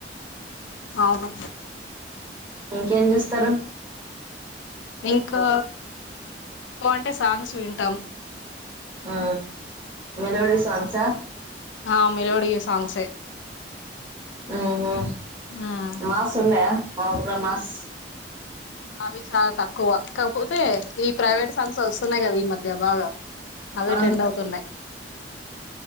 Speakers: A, on the left; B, on the right.
A: అవును
B: ఇంకేం చేూస్తారు
A: ఇంకా ఒంటె సాంగ్స్ వింటాం
B: ఆ మెలోడి సాంగ్సా
A: ఆ మెలోడి సాంగ్స్
B: ఉహు
A: ఉమ్
B: మాసున్నయా మా ఉర్రమస్
A: అవి చాలా తక్కువ కాకపోతే ఈ ప్రైవేట్ సంస్థలు వస్తున్నాయి కదా ఈ మధ్య బాగా అవే
B: ఆ
A: ట్రెండ్ అవుతుంన యి